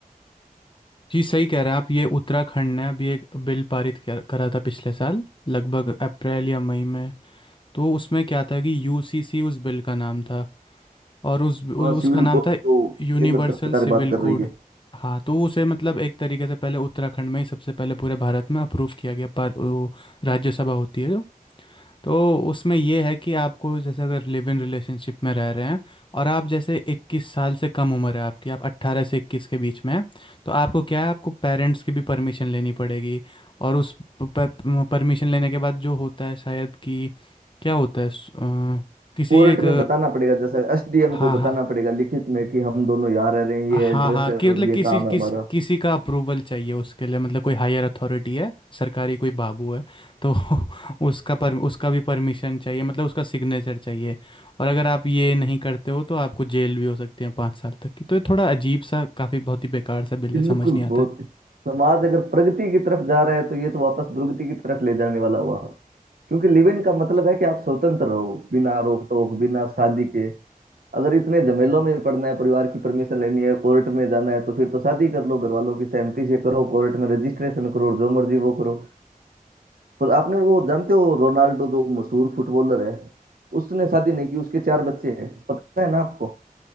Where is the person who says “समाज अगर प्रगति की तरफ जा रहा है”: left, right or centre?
Right